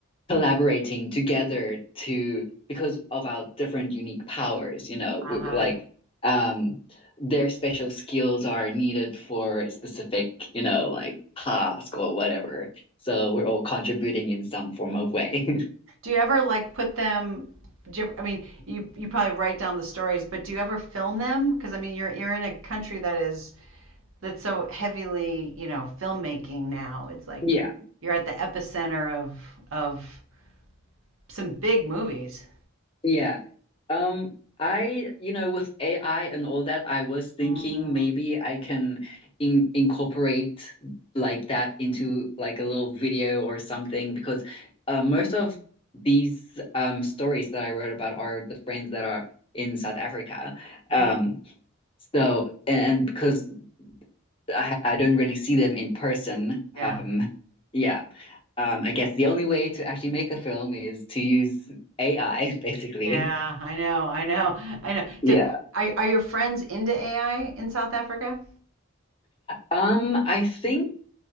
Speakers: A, on the left (about 25°); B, on the right (about 80°).
A: collaborating together to because of our different unique powers, you know,
B: Uh-huh.
A: we, like um their special skills are needed for a specific, you know, like task or whatever. So we're all contributing in some form of way. <laughs>
B: Do you ever like put them? Do you, ever- I mean, you you probably write down the stories, but do you ever film them? Because I mean, you're you're in a country that is that's so heavily, you know, filmmaking now. It's like
A: Yeah.
B: you're at the epicenter of of some big movies.
A: Yeah. Um, I, you know, with AI and all that, I was thinking
B: Mm.
A: maybe I can in incorporate like that into like a little video or something because uh, most of these um stories that I wrote about are the friends that are in South Africa. Um,
B: Oh,
A: so and because I, I don't really see them in person,
B: Yeah.
A: um, yeah, um, I guess the only way to actually make a film is to use AI, <laughs> basically.
B: Yeah, I know. I know. I know.
A: Yeah.
B: Do, are are your friends into AI in South Africa?
A: Um, I think